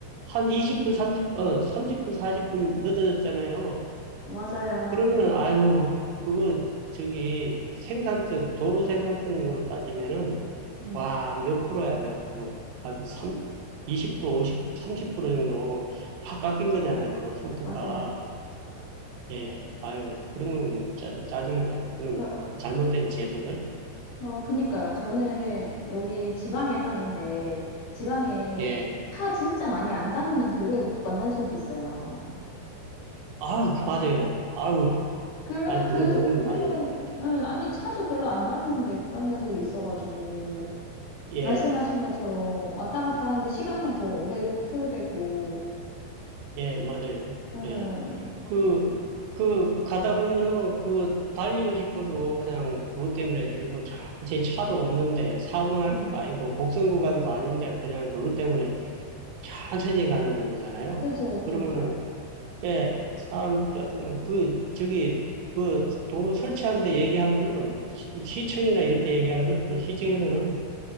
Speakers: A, on the right; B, on the left.
A: 한 20분, 삼십 어, 30분, 40분 늦어졌잖아요.
B: 맞아요.
A: 그러면은, 아유, 그거, 저기, 생산성, 도로 생산성으로 따지면은,
B: 예,
A: 와, 몇 프로야, 몇 프로. 한 3, 20%, 50, 30% 정도 확 깎인 거잖아요, 속도가.
B: 맞아요.
A: 예, 아유, 그런 건 짜, 짜증나요. 그는
B: 예, 어,
A: 잘못된 제도들.
B: 어, 그니까요. 저는 여기 지방에 사는데, 지방에
A: 예,
B: 차 진짜 많이 안 다니는 도로에도 구간단속이 있어요.
A: 아, 그 맞아요. 아우,
B: 그
A: 난
B: 그
A: 그거 너무
B: 경우엔
A: 많이 내는 것 같아.
B: 예, 아니 차도 별로 안 다니는데 구간 단속이 있어가지고
A: 예,
B: 말씀하신 것처럼 왔다 갔다 하는데 시간만 더 오래 소요되고
A: 예, 맞아요.
B: 응
A: 예. 그, 그, 가다 보면은 그 달리고 싶어도 그냥 그것 때문에 일부러 차, 제 차도 없는데 사고 날
B: 응
A: 것도 아니고 곡선 구간도 아닌데 그냥 그것 때문에 천천히 가는 거잖아요.
B: 그죠 그러니까요
A: 그러면은, 예, 사람, 짜증- 그, 저기, 그 도로 설치하는데 얘기하면은 시, 청이나 이런 데 얘기하면은 또 시청에서는